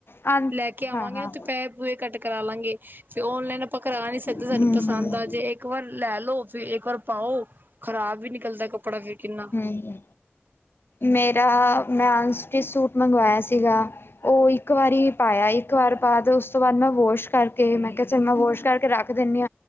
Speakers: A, on the left (about 60°); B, on the right (about 50°).
A: ਹਾਂ
B: ਲੈ ਕੇ ਆਵਾਂਗੇ
A: ਹਾਂ
B: ਤੇ ਪੈਹੇ ਪੂਹੇ ਕੱਟ ਕਰਾ ਲਾਂਗੇ ਫਿਰ ਔਨਲਾਈਨ ਆਪਾਂ ਕਰਾ ਨੀ ਸਕਦੇ
A: ਹਮ
B: ਸਾਨੂੰ ਪਸੰਦ
A: ਹਮ
B: ਆ ਜੇ ਇੱਕ ਵਾਰ ਲੈ ਲਓ ਫੇਰ ਇੱਕ ਵਾਰ, ਪਾਓ ਖ਼ਰਾਬ ਵੀ ਨਿਕਲਦਾ ਕੱਪੜਾ ਫਿਰ ਕਿੰਨਾ।
A: ਨਹੀ, ਮੇਰਾ ਮੈਂ ਅਨਸਟੀਚ ਸੂਟ ਮੰਗਵਾਇਆ ਸੀਗਾ। ਉਹ ਇੱਕ ਵਾਰੀ ਪਾਇਆ ਇੱਕ ਵਾਰ ਬਾਅਦ ਉਸ ਤੋਂ ਬਾਅਦ ਮੈਂ ਵੋਸ਼ ਕਰਕੇ ਮੈਂ ਕਿਹਾ ਚਲ ਮੈਂ ਵੋਸ਼ ਕਰਕੇ ਰੱਖ ਦਿੰਨੀ